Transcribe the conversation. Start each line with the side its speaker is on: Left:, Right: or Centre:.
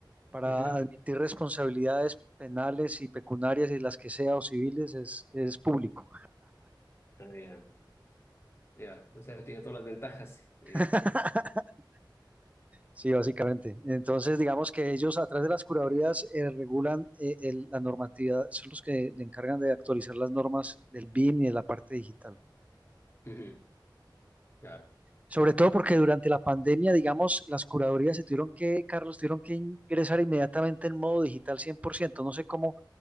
Right: para
Left: Ujú.
Right: admitir responsabilidades penales y pecuniarias y las que sea o civiles es, es público.
Left: Ah, ya, ya. O sea, tiene todas las ventajas.
Right: <laughs>
Left: <laughs>
Right: Sí, básicamente. Entonces, digamos que ellos a través de las curadurías eh, regulan eh, el- la normatividad, son los que le encargan de actualizar las normas del BIM y de la parte digital.
Left: Eh, ujú, Claro.
Right: Sobre todo porque durante la pandemia, digamos, las curadorías se tuvieron que, Carlos, tuvieron que ingresar inmediatamente en modo digital cien por ciento No sé cómo